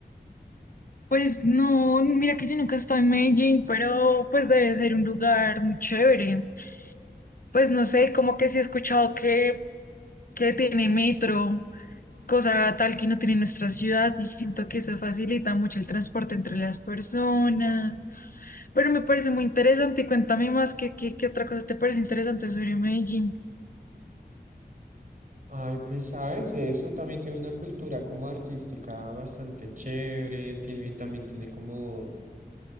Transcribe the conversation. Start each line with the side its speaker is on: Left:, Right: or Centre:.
Left: Pues no, mira que yo nunca he estado en Medellín, pero pues debe ser un lugar muy chévere. Pues no sé, como que sí he escuchado que, que tiene metro, cosa tal que no tiene nuestra ciudad, y siento que eso facilita mucho el transporte entre las personas. Pero me parece muy interesante y cuéntame más qué, qué, qué otra cosa te parece interesante sobre Medellín.
Right: Ay, pues sabes, eso también tiene una cultura como artística bastante chévere, tiene, también tiene como